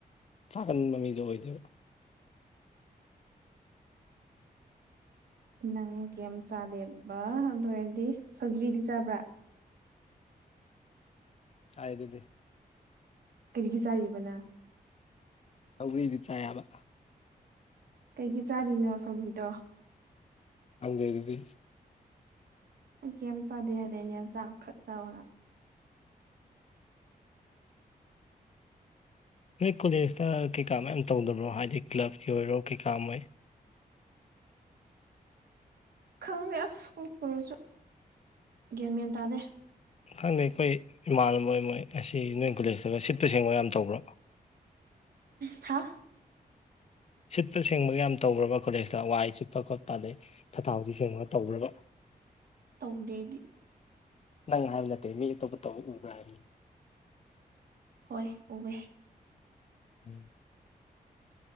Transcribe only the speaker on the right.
ꯅꯪ ꯀ ꯌꯥꯝ ꯆꯥꯗꯦꯕ ꯑꯗꯨ ꯑꯣꯏꯔꯗꯤ ꯁꯒꯔꯤꯗꯤ ꯆꯥꯕ꯭ꯔꯥ
ꯀꯔꯤꯒꯤ ꯆꯥꯔꯤꯕꯅꯣ
ꯀꯩꯒꯤ ꯆꯥꯔꯤꯅꯣ ꯁꯥꯎꯕꯤꯗꯣ
ꯑꯩ ꯀꯩꯝ ꯆꯥꯗꯦ ꯍꯥꯏꯅꯩꯅꯦ ꯆꯥꯛ ꯈꯛ ꯆꯥꯅ
ꯈꯪꯗꯦ ꯑꯁ ꯄꯨꯔꯁꯨ ꯒ꯭ꯦꯝ ꯃꯦꯟ ꯇꯥꯗꯦ
ꯊ
ꯇꯧꯗꯦꯗꯤ
ꯍꯣꯏ ꯎꯋꯦ